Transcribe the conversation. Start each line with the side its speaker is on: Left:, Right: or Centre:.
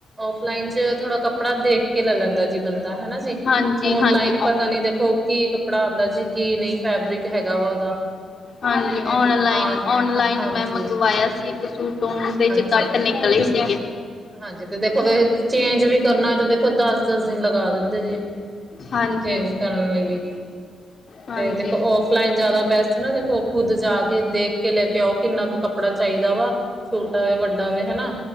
Right: ਔਫਲਾਈਨ ਚ ਥੋੜਾ ਕੱਪੜਾ ਦੇਖ ਕੇ ਲੈ ਲੈਂਦਾ ਜੀ ਬੰਦਾ ਹਨਾ ਜੀ।
Left: ਹਾਂਜੀ
Right: ਆਨਲਾਈਨ
Left: ਹਾਂਜੀ ਔ
Right: ਪਤਾ ਨੀ ਦੇਖੋ ਕੀ ਕੱਪੜਾ ਆਉਂਦਾ ਜੀ ਕੀ ਨਹੀਂ ਫੈਬਰਿਕ ਹੈਗਾ ਵਾ ਉਹਦਾ।
Left: ਹਾਂਜੀ
Right: ਠੀਕ ਹੈ
Left: ਓਨਲਾਈਨ
Right: ਹਾਂ
Left: ਓਨਲਾਈਨ
Right: ਹਾਂਜੀ
Left: ਮੈਂ ਮੰਗਵਾਇਆ ਸੀ। ਸੂਟੋਣ ਦੇ ਚ
Right: ਅੱਛਾ
Left: ਕੱਟ
Right: ਜੀ
Left: ਨਿਕਲੇ ਸੀਗੇ।
Right: ਹਾਂਜੀ ਤੇ ਦੇਖੋ ਚੇਂਜ ਵੀ ਕਰਨਾ ਤੇ ਦੇਖੋ ਦਸ ਦਸ ਦਿਨ ਲਗਾ ਦਿੰਦੇ ਜੀ।
Left: ਹਾਂਜੀ
Right: ਚੇਂਜ ਕਰਨ ਲਈ ਵੀ।
Left: ਹਾਂਜੀ,
Right: ਤੇ ਦੇਖੋ ਔਫਲਾਈਨ ਜ਼ਿਆਦਾ ਬੈਸਟ ਨਾ ਦੇਖੋ ਖੁੱਦ ਜਾ ਕੇ ਦੇਖ ਕੇ ਲੈ ਕੇ ਆਓ ਕਿੰਨਾ ਕੁ ਕੱਪੜਾ ਚਾਹੀਦਾ ਵਾ ਛੋਟਾ ਹੋਵੇ ਵੱਡਾ ਹੋਵੇ ਹਨਾ।